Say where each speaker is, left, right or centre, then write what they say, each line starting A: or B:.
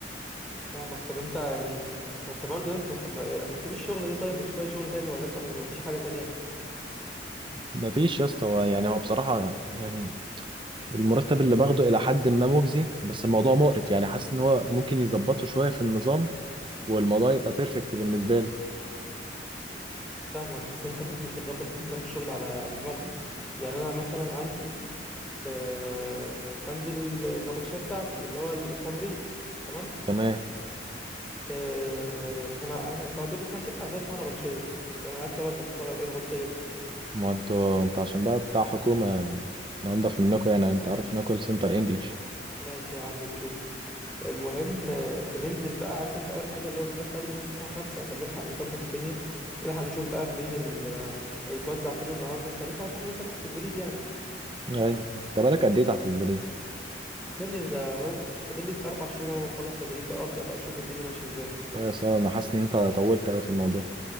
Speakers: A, in the centre; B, on the right.
A: فاهمك طب انت يعني ما انت برضه يا اسطى ما انت ما ما تسيب الشغل ده طيب وتشوف اي شغل تاني ولا انت ما فيش حاجه تانية
B: ما فيش يا اسطى هو- يعني هو بصراحة يعني المرتب اللي باخده الى حد ما مجزي بس الموضوع مقرف يعني حاسس ان هو ممكن يظبطه شوية في النظام والموضوع يبقى بيرفكت بالنسبة لي
A: فاهمك بس انت برضه مش هتظبط نظام الشغل على على دماغهم يعني انا مثلا عندي آه بنزل ال- النبطشيه بتاعتي اللي هو التمريض تمام
B: تمام
A: آه، انا إحنا- انتوا عندكم اسمها شيفت عندنا اسمها نبطشيه فاهم انا عارف طبعا انت بتستغرب ايه نبطشيه دي
B: ما هو انتوا انت عشان بقى بتاع حكومة انضف منكم يعني انت عارف انها كول سنتر انجلش
A: ماشي يا عم تشوف المهم آه، بننزل بقى عارف انت اول حاجه اللي هو بنروح بدري مثلا الساعه 5 عشان نلحق نظبط الدنيا نلحق نشوف بقى مين اللي هيتوزع فين النهارده انت لسه عارف احنا لسه تحت تدريب يعني
B: يعني انت بالك قد ايه تحت التدريب
A: يا ابني ده اهو فاضل لي اربع شهور اهو خلص تدريب بقى ابدا بقى اشوف الدنيا ماشيه ازاي
B: بس انا حاسس ان انت طولت قوي في الموضوع